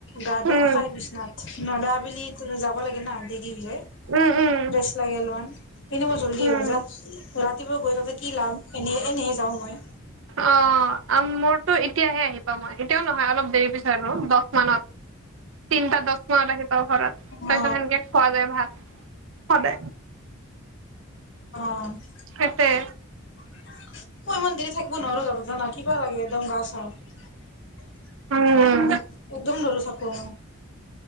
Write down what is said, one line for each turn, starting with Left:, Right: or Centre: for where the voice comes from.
Left: গাটো
Right: উম
Left: খাই পছনা নদা বুলি যাব লাগে ন দি কি যে
Right: উম উম
Left: ৰেষ্ট লাগে অলমান এনে মই জল্দি হ'ব
Right: উম
Left: যা ৰাতিপুৱা গৈ তাতে কি লাম এনে এনেই যাওঁ মই
Right: অ মোৰতো এতিয়াহে আহি পাামগে এতিও নহয় অলপ দেৰি পিছে আৰু দহ মানত তিনিটা দ মানত আহিব ঘৰত তাৰ
Left: অ
Right: পিছত সেনেকে খোৱা যায় ভাল সদায়
Left: অ মই
Right: সেইটোৱে
Left: মন্দিৰ থাকিব নোৱাৰো তাতো জানা কিবা লাগে একদম গা চা একদম
Right: উম
Left: নৰু থাকব অ